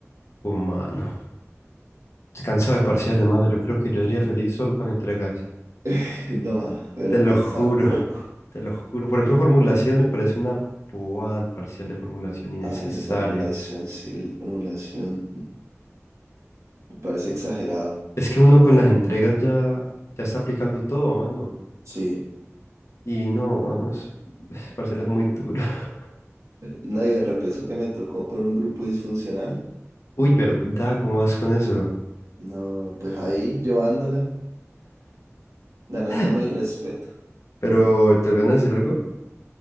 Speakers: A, on the left (about 65°); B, on the right (about 75°).
A: Humano. Estoy cansado de parciales, mano. Yo creo que yo sería feliz solo con entregas.
B: <laughs> no, pero
A: Te lo
B: pues
A: juro.
B: tampoco.
A: <laughs> Te lo juro. Por ejemplo, formulación me parece una bobada el parcial de formulación innecesaria.
B: Al de formulación, sí, el de formulación <laughs> me parece exagerado,
A: Es que uno con las entregas ya, ya está aplicando todo, mano.
B: sí.
A: Y no, mano, es, <laughs> es parcial es muy duro. <laughs>
B: Nadie de repeso que me tocó con un grupo disfuncional.
A: Uy, ¿verdad? ¿Cómo vas con eso?
B: No, pues ahí llevándola. ganándome
A: <laughs>
B: el respeto.
A: Pero, ¿te voy a decir algo?